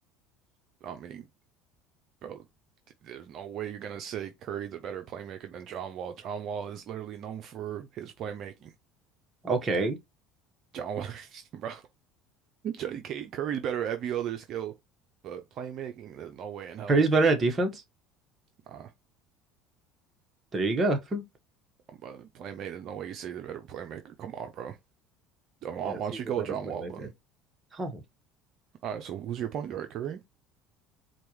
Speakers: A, on the right (about 55°); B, on the right (about 25°).
A: I mean, Bro, th- there's no way you're gonna say Curry's a better playmaker than John Wall. John Wall is literally known for his playmaking.
B: Okay.
A: John Wall, <laughs> bro, John Curry's better at every other skill, but playmaking, there's no way in hell.
B: Curry's better at defense.
A: Nah,
B: There you go. <laughs>
A: but playmaking, there's no way you say the better playmaker. Come on, bro. John Wall-
B: Yes,
A: Why don't
B: he's
A: you go
B: a better
A: John
B: playmaker.
A: Wall then?
B: Oh,
A: All right, so who's your point guard, Curry?